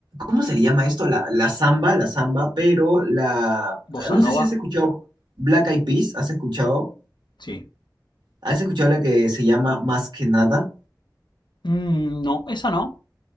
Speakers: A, on the right (about 85°); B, on the left (about 85°).
A: ¿cómo se le llama esto? La, la samba, la samba, pero la,
B: Bossa
A: no
B: Nova,
A: sé si has escuchado Black Eyed Peas, ¿has escuchado?
B: Sí.
A: ¿Has escuchado la que se llama Más que nada?
B: Mm, no, esa no.